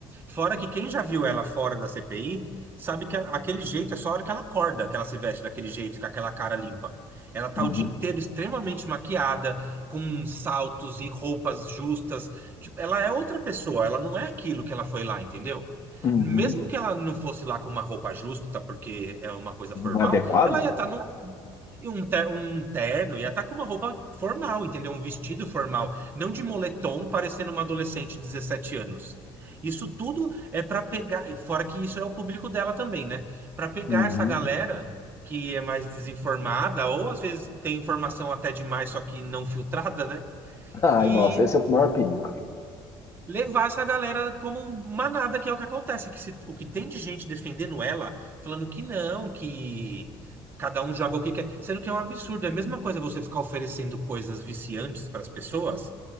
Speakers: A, on the right; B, on the left.
A: Fora que quem já viu ela fora da CPI, sabe que a- aquele jeito é só a hora que ela acorda, que ela se veste daquele jeito, com aquela cara limpa. Ela tá
B: Uhum,
A: o dia inteiro extremamente maquiada, com saltos e roupas justas. Tipo, ela é outra pessoa, ela não é aquilo que ela foi lá, entendeu?
B: uhum.
A: Mesmo que ela não fosse lá com uma roupa justa, porque é uma coisa
B: Não
A: formal,
B: é adequado?
A: ela ia estar num em um, ter- um terno, ia estar com uma roupa formal, entendeu? Um vestido formal, não de moletom, parecendo uma adolescente de 17 anos. Isso tudo é para pegar, fora que isso é o público dela também, né? Para pegar
B: Uhum.
A: essa galera que é mais desinformada, ou às vezes tem informação até demais, só que não filtrada, né?
B: Ai,
A: e
B: nossa, esse é o maior perigo.
A: levar essa galera como manada, que é o que acontece, que se- o que tem de gente defendendo ela, falando que não, que cada um joga o que quer, sendo que é um absurdo, é a mesma coisa você ficar oferecendo coisas viciantes para as pessoas